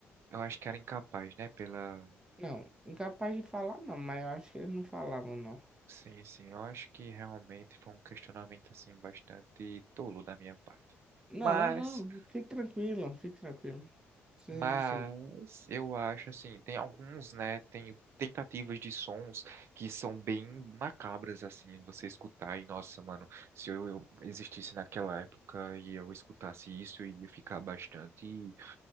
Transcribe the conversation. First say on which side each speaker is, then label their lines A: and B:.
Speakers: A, on the right; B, on the right.
A: Eu acho que era incapaz, né, pela
B: Não, incapaz de falar não, mas eu acho que eles não falavam não.
A: Sim, sim, eu acho que realmente foi um questionamento assim bastante tolo da minha parte.
B: Não,
A: Mas,
B: não, fique tranquilo, fique tranquilo. Isso
A: mas
B: não existe, não.
A: eu acho assim, tem alguns, né, tem tentativas de sons que são bem macabras assim, você escutar e nossa, mano, se eu, eu existisse naquela época e eu escutasse isso, eu iria ficar bastante